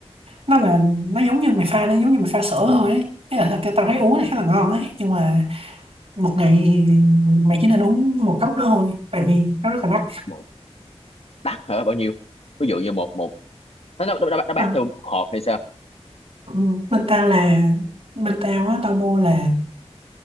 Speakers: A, on the right; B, on the left.
A: nó là nó giống như mày pha nó giống như mày pha sữa thôi ấy Thế là thật- tao thấy uống thì khá là ngon đấy nhưng mà một ngày thì mày chỉ nên uống một cốc đó thôi tại vì nó rất là đắt
B: Một đắt hả? Bao nhiêu? Ví dụ như một một nó nó, nó, nó
A: tao,
B: bán theo hộp hay sao?
A: ừ, bên tao là bên tao á tao mua là